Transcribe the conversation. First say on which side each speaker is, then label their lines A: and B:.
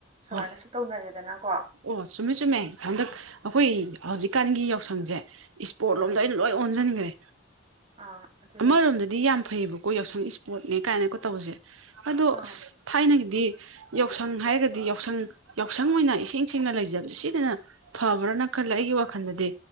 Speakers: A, on the right; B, on the right.
A: ꯁꯨꯃꯥꯏꯅꯁꯨ
B: ꯍꯣꯏ
A: ꯇꯧꯅꯔꯦꯗꯅꯀꯣ
B: ꯑꯣ ꯆꯨꯝꯃꯦ-ꯆꯨꯝꯃꯦ ꯍꯟꯗꯛ ꯑꯩꯈꯣꯏ ꯍꯧꯖꯤꯛꯀꯥꯟꯒꯤ ꯌꯥꯎꯁꯪꯁꯦ ꯏꯁ꯭ꯄꯣꯔꯠ
A: ꯑꯥ
B: ꯂꯣꯝꯗ ꯑꯩꯏꯅ ꯂꯣꯏ ꯑꯣꯟꯁꯤꯟꯈ꯭ꯔꯦ
A: ꯑꯥ ꯑꯗꯨꯅꯦ
B: ꯑꯃꯔꯣꯝꯗꯗꯤ
A: ꯑꯗꯨ-
B: ꯌꯥꯝ ꯐꯩꯕ ꯑꯩꯈꯣꯏ ꯌꯥꯎꯁꯪ ꯏꯁ꯭ꯄꯣꯔꯠꯅꯦ ꯀꯥꯏꯅꯀꯣ ꯇꯧꯁꯦ ꯑꯗꯣ
A: ꯑꯥ
B: ꯑꯁ ꯊꯥꯏꯅꯒꯤꯗꯤ ꯌꯥꯎꯁꯪ ꯍꯥꯏꯔꯒꯗꯤ ꯌꯥꯎꯁꯪ-ꯌꯥꯎꯁꯪ ꯑꯣꯏꯅ ꯏꯁꯦꯡ ꯁꯦꯡꯅ ꯂꯩꯖꯕꯁꯦ ꯁꯤꯗꯅ ꯐꯕ꯭ꯔꯥꯅ ꯈꯜꯂꯦ ꯑꯩꯒꯤ ꯋꯥꯈꯜꯗꯗꯤ